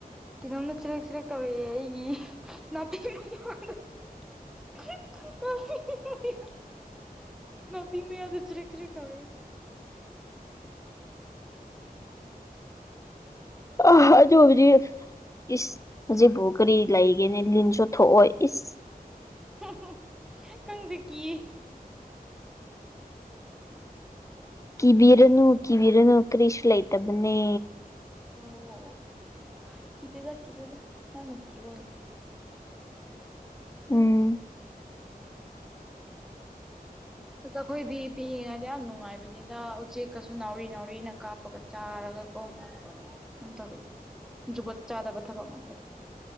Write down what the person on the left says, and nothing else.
ꯑ ꯑꯗꯨꯕꯨꯗꯤ ꯏꯁ ꯍꯧꯖꯤꯛꯕꯨ ꯀꯔꯤ ꯂꯩꯒꯦꯅꯦ ꯂꯤꯟꯁꯨ ꯊꯣꯛꯑꯣꯢ ꯏꯁ꯫
ꯀꯤꯕꯤꯔꯅꯨ ꯀꯤꯕꯤꯔꯅꯨ ꯀꯔꯤꯁꯨ ꯂꯩꯇꯕꯅꯦ꯫
ꯎꯝ